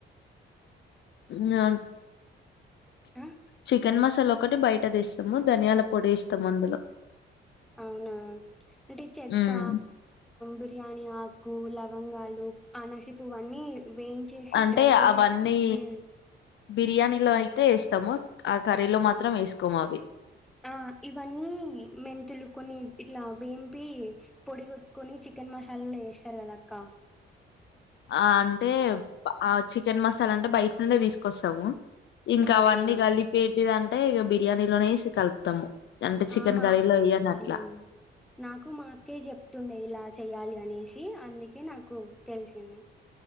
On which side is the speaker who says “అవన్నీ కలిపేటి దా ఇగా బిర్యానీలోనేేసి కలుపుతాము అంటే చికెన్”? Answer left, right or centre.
Left